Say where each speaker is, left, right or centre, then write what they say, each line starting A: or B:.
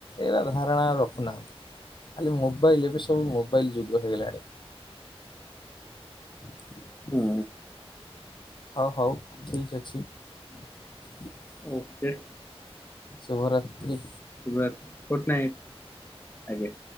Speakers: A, on the left; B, on the left.
A: ଏରା ଧାରଣା ରଖୁନାହାଁନ୍ତି। ଖାଲି ମୋବାଇଲ୍ ଏବେ ସବୁ ମୋବାଇଲ୍ ଯୁଗ ହେଇଗଲାଣି। <inaudible>
B: ହୁଁ
A: ହ ହଉ ଠିକ୍ ଅଛି। <inaudible>
B: ଓକେ।
A: ଶୁଭ ରାତ୍ରି।
B: ଶୁଭରାତି ଫୋର୍ଟ ନାଇଟ୍ ଆଜ୍ଞା।